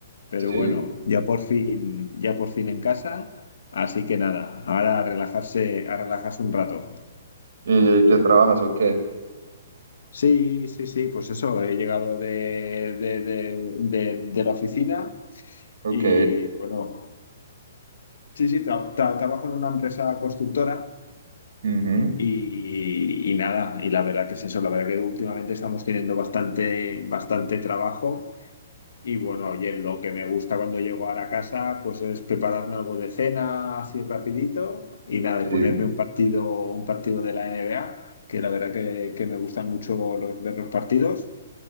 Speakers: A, on the left (about 75°); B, on the right (about 65°).
A: pero
B: Sí.
A: bueno, ya por fin, ya por fin en casa, así que nada, ahora a relajarse, a relajarse un rato.
B: ¿Y eh, qué trabajas o qué?
A: Sí, sí, sí, pues eso, he llegado de, de, de- de- de la oficina
B: Ok.
A: y bueno, sí, sí, tra- tra- trabajo en una empresa constructora.
B: Ujú,
A: Y, y nada, y la verdad que es eso, la verdad que últimamente estamos teniendo bastante, bastante trabajo y bueno, oye, lo que me gusta cuando llego ahora a casa pues es prepararme algo de cena así rapidito y nada, y
B: Sí.
A: ponerme un partido, un partido de la NBA, que la verdad que, que me gustan mucho los, ver los partidos